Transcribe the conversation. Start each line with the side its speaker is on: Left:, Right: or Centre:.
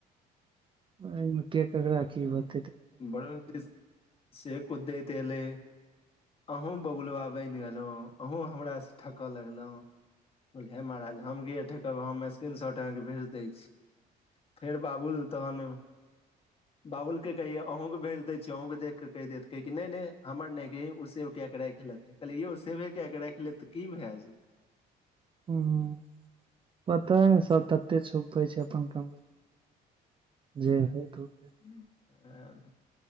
Right: आमे क कगरा हाकि <unintelligible>
Left: बड़ से कुदतले <unintelligible> अहूँ बबुलबा बनि गेलहुँ अहूँ हमरासँ ठकय लगलहुँ, बोले महाराज हम ठके हमर स्क्रीन शॉट अहाँके भेज दै छी। फेर बाबुल तहन बाबुल के, कहिये अहुूं के भेज देै छीिय अहूं के देख के कहि देत कहै नहि नहि हमर नहि की ओ सेव क के राख लेते। कहलियै यौ सेबे कए कऽ राखि तऽ की भए जेत।
Right: ह पता ने सब तते छुपै छै अपन कमी, जे हो त <unintelligible>
Left: आ <unintelligible>